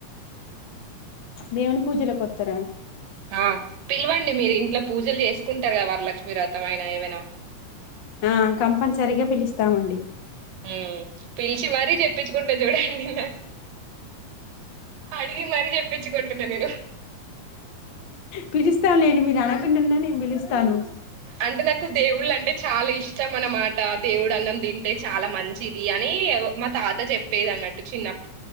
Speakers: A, on the left; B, on the right.
A: దేవుని పూజలకొతరా
B: ఆ పిలవండి మీరు ఇంట్లో పూజలు చేసుకుంటారు కదా వరల క్ష్మీవ్రతమయినా ఏవైనా
A: ఆ కంపల్సరీగా పిలుస్తామండి
B: ఊ పిలిచి మరీ చెప్పించుకుంట నేన్ చూడండి నా అడిగి మరీ చెప్పించుకుంటున్న నేను
A: పిలిస్తాం లేండి మీరు అడగకుండ ఉన్నా నేను పిలుస్తాను
B: అంటే నాకు దేవుళ్ళ అంటే చాలా ఇష్టం అనమాట దేవుడు అన్నం తింటే చాలా మంచిది అని ఏవో మా తాత చెప్పేది అన్నట్టు చిన్నప్